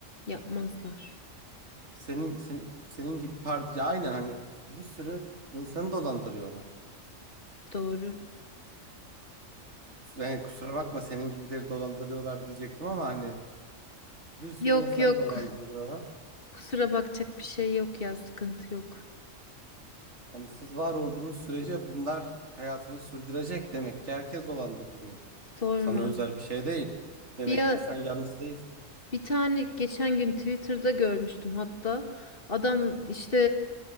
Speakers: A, on the left; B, on the right.
A: Yapmazlar.
B: Senin senin, senin gibi pardon aynen hani bir sürü insanı dolandırıyorlar.
A: Doğru.
B: Yani kusura bakma senin gibileri dolandırıyorlar diyecektim ama hani bir sürü
A: Yok
B: insanı
A: yok.
B: dolandırıyorlar.
A: Kusura bakacak bir şey yok ya. Sıkıntı yok.
B: Hani siz var olduğunuz sürece bunlar hayatını sürdürecek demek ki herkes dolandırılıyor.
A: Sorma.
B: Sana özel bir şey değil. Demek
A: Bir,
B: ki sen yalnız değilsin.
A: Bir tane geçen gün Twitter'da görmüştüm hatta. Adam işte